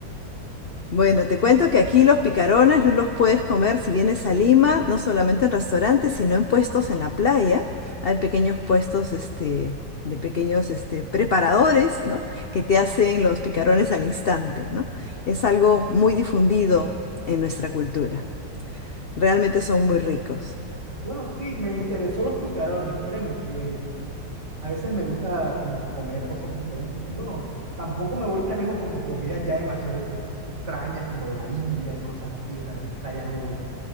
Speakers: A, on the left; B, on the right.
A: Bueno, te cuento que aquí los picarones los puedes comer si vienes a Lima, no solamente en restaurantes, sino en puestos en la playa. Hay pequeños puestos, este, de pequeños, este, preparadores, ¿no? Que te hacen los picarones al instante, ¿no? Es algo muy difundido en nuestra cultura. Realmente son muy ricos.
B: Bueno, sí, me interesó los picarones, créeme que A veces me gusta como que comer cosas diferentes. Bueno, tampoco me voy tan lejos como comidas ya demasiado extrañas, como de la India y cosas así, o sea, hasta allá no voy.